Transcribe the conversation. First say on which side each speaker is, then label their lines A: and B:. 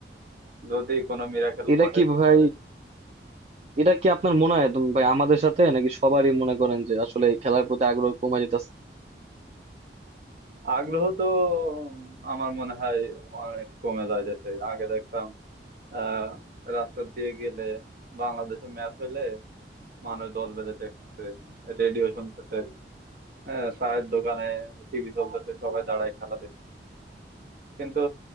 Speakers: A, on the right; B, on the right.
A: যদি কোনো মিরাকেল
B: এটা
A: ঘটে
B: কি
A: ফিউচারে
B: ভাই এটা কি আপনার মনে হয় একদম ভাই আমাদের সাথে নাকি সবারই মনে করেন যে আসলে এই খেলার প্রতি আগ্রহ কমে যেতেছে
A: আগ্রহ তো আমার মনে হয় অনেক কমে যাইতেছে আগে দেখতাম আহ রাস্তা দিয়ে গেলে বাংলাদেশে ম্যাচ হইলে মানুষ দল বেঁধে দেখতেছে রেডিও শুনতেছে হ্যাঁ চায়ের দোকানে টিভি চলতেছে সবাই দাঁড়ায় খেলা কিন্তু